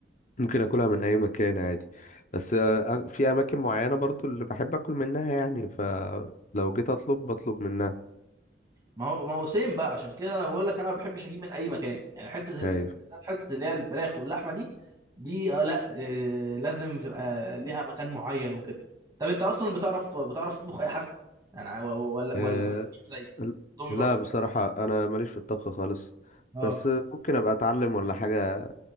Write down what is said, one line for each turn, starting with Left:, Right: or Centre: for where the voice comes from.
Left: أكلها من أي مكان عادي بس آه، في أماكن معينة برضو اللي بحب أكل منها يعني فلو جيت أطلب بطلب منها
Right: ما هو ما هو سيم بقى عشان كده انا بقول لك انا ما بحبش اجيب من اي مكان يعني حته
Left: أيوة
Right: بالذات حته اللي هي الفراخ واللحمه دي دي آه لا آه لازم تبقى ليها مكان معين وكده طب انت اصلا بتعرف بتعرف تطبخ اي حاجه انا و- و- ولا
Left: آه،
Right: ولا ولا ميح زي
Left: ال-
Right: تومي
Left: لا
Right: برضك
Left: بصراحة أنا ماليش في الطبخ خالص
Right: اه
Left: بس آه، ممكن أبقى أتعلم ولا حاجة